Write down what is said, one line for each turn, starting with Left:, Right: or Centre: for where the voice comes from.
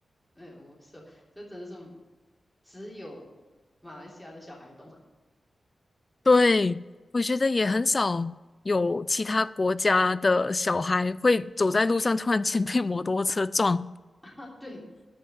Centre: 哎，我说这真的是只有马来西亚的小孩懂。
Left: 对，我觉得也很少有其他国家的小孩会走在路上突然间被摩托车撞，
Centre: <laughs> 对，